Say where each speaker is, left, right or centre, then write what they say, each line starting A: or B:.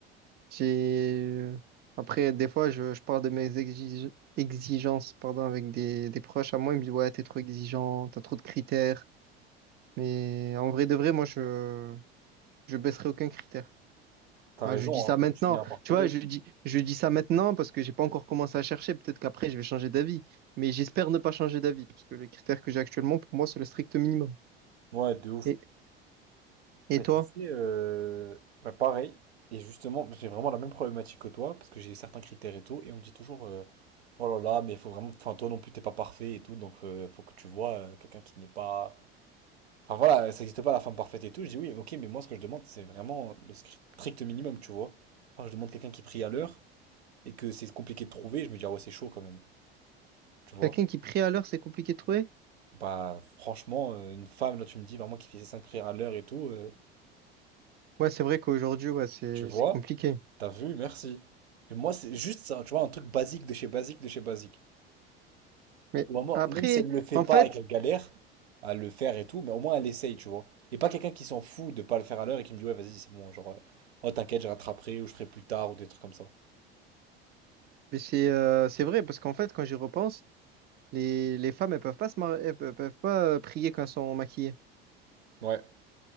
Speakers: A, on the right (about 35°); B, on the right (about 85°).
A: J'ai après, des fois, je, je parle de mes exige- exigences, pardon, avec des, des proches à moi. Ils me disent, ouais, t'es trop exigeant, t'as trop de critères. Mais en vrai de vrai, moi, je je baisserai aucun critère.
B: T'as
A: Enfin,
B: raison,
A: je dis ça
B: hein,
A: maintenant.
B: tu finiras par trouver.
A: Tu vois, je dis je dis ça maintenant parce que j'ai pas encore commencé à chercher. Peut-être qu'après, je vais changer d'avis. Mais j'espère ne pas changer d'avis parce que les critères que j'ai actuellement, pour moi, c'est le strict minimum.
B: Ouais, de ouf.
A: Et et
B: Bah
A: toi,
B: tu sais, euh, bah, pareil. Et justement, j'ai vraiment la même problématique que toi, parce que j'ai certains critères et tout, et on me dit toujours, euh, oh là là, mais il faut vraiment, enfin toi non plus t'es pas parfait et tout, donc euh, faut que tu vois euh, quelqu'un qui n'est pas Enfin voilà, ça n'existe pas la femme parfaite et tout. Je dis oui, ok, mais moi ce que je demande, c'est vraiment le strict minimum, tu vois. Enfin, je demande quelqu'un qui prie à l'heure et que c'est compliqué de trouver, je me dis ah ouais, c'est chaud quand même, tu vois.
A: quelqu'un qui prie à l'heure, c'est compliqué de trouver?
B: Bah franchement, euh, une femme, là tu me dis vraiment qui fait ses cinq prières à l'heure et tout, euh,
A: Ouais, c'est vrai qu'aujourd'hui, ouais, c'est
B: tu vois,
A: c'est compliqué.
B: t'as vu, merci. Et moi c'est juste ça, tu vois, un truc basique de chez basique de chez basique.
A: Mais
B: Ou à moi,
A: après,
B: même si elle ne le fait
A: en
B: pas
A: fait,
B: et qu'elle galère à le faire et tout, mais au moins elle essaye, tu vois. Et pas quelqu'un qui s'en fout de pas le faire à l'heure et qui me dit, ouais, vas-y, c'est bon, genre, euh, oh, t'inquiète, je rattraperai ou je ferai plus tard ou des trucs comme ça.
A: mais c'est euh, c'est vrai parce qu'en fait, quand j'y repense, les les femmes, elles peuvent pas se mar- elles peuvent peuvent pas euh, prier quand elles sont maquillées.
B: Ouais.